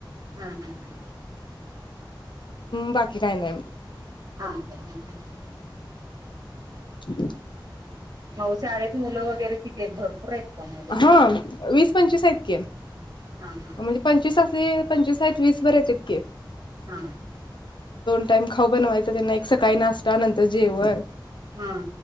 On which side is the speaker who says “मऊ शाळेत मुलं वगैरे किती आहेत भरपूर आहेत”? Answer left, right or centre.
Right